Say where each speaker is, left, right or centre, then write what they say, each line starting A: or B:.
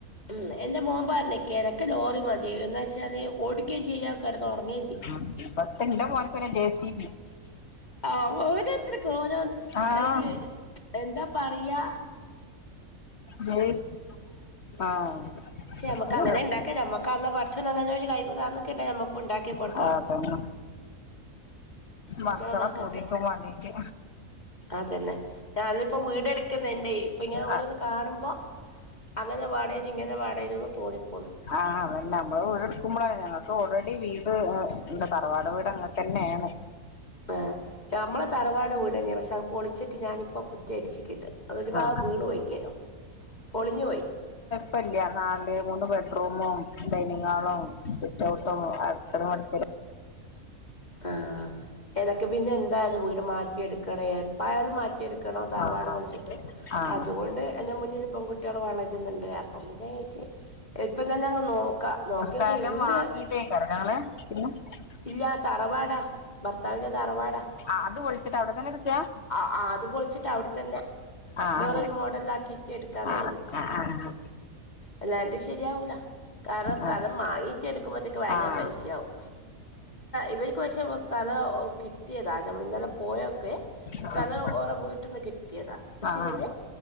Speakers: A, on the left; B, on the left.
A: ഉം എന്റെ മോമ്പാർഞ്ഞിക്ക് എനക്ക് ലോറി മതി എന്നാച്ചാല് ഓടിക്കേം ചെയ്യാ കെടന്നൊർങ്ങേ
B: ഉം പ്പത്തെന്റെ മോൻക്കൊരു ജേസി
A: ജെ സി ബി ആഹ് ഓരോത്തൊര്ക്കോരോന്ന്
B: ആഹ്
A: ഒരു ഒര് എന്താ പറിയാ
B: ജേസ് ആഹ്
A: ക്ഷേ ഞമ്മക്കങ്ങനെണ്ടാക്കാ
B: നല്ല രസാ
A: ഞമ്മക്കള്ളാ പടച്ചോൻ അങ്ങനൊരു കയിവ് തന്ന്ക്ക്ണ്ടെങ്കി ഞമ്മക്കുണ്ടാക്കി കൊട്
B: ആഹ് അതന്നെ
A: നമ്മളെ
B: മക്കളെ
A: മക്കൾക്ക്
B: പൂതിക്കും വാണ്ടീട്ട്
A: അതന്നെ ഞാളിപ്പോ വീടെടുക്കുന്ന്ണ്ടെ ഇപ്പ ഇങ്ങനെ ഓരോന്ന്
B: ആഹ്
A: കാണുമ്പോ അ ങ്ങനെ വാണേനും ഇങ്ങനെ വാണേനൂന്ന് തോന്നിപ്പോന്ന്
B: ആഹ് ആഹ് അതല്ല അമ്മള് വീട് എട്ക്കുമ്പളാ ഞങ്ങക്ക് ഓൾറെഡി വീട് ഏഹ് ണ്ട് തറവാട് വീട് അങ്ങൻത്തെന്നേണ്
A: ആഹ് ഞമ്മളെ തറവാട് വീടെന്നയാ പക്ഷേ അത് പൊളിച്ചിറ്റ് ഞാനിപ്പോ കുറ്റി അടിച്ചിട്ടിണ്ട് അത് ഒര് രുഭാഗം
B: ആഹ്
A: വീണ് പോയിക്കേയ്നു പൊളിഞ്ഞു പോയി
B: പ്പല്ല്യ നാല് മൂന്ന് ബെഡ്റൂമും ഡൈനിങ്ങാളും സിറ്റൗട്ടും അടുക്കളെ <unintelligible>
A: ആഹ് എനക്ക് പിന്നെ എന്ത ന്തായാലും വീട് മാറ്റിയെടുക്കണേ എപ്പായാലും മാറ്റിയെ ക്കിയെടുക്കാണോ തറവാട്
B: ആഹ് ആഹ്
A: പൊൾച്ചിട്ട്
B: ആഹ്
A: അുകൊണ്ട് എന്റെ മുന്നില് പെൺകുട്ടി ട്ട്യാള് വളര്ന്നുണ്ട് അപ്പം പിന്നെ വിരിച്ചി ഇപ്പം തന്നങ്ങ് നോക്കാ നോക്കിയക്കെ
B: സ്ഥലം
A: വീട്
B: <inaudible>
A: ഇല്ലാ തറവാടാ ഭർത്താവിന്റെ തറവാ
B: ആഹ് അത് പൊൾച്ച്ട്ടവ്ടെ തന്നെട്ക്കാ
A: ആഹ് അത് പൊൾച്ച്ട്ട് അവ്ടെ തന്നെ
B: ആഹ്
A: ബേറൊര്
B: അങ്ങനെ
A: മോഡല്ലാക്കീട്ട് ഇട്ക്കാന്ന്
B: ആഹ്
A: കരുതി.
B: ആഹ് ആഹ്
A: അല്ലാണ്ട് ശരിയാവൂല്ല കാർണം സ്ഥലം
B: ആഹ്
A: മാങ്ങിച്ചെട്ക്കുമ്പോത്തേക്ക് ഭയങ്കര
B: ആഹ്
A: പൈസയാവും. ഇവര്ക്ക് പശേ സ്ഥലോം കിട്ടിയതാ നമ്മളിങ്ങനെ പോയോക്കുവേ സ്ഥലം
B: ആഹ്
A: ഓരെ വീട്ടിന്ന് കിട്ടിയതാ പക്ഷെല്ലെ
B: ആഹ് ആഹ്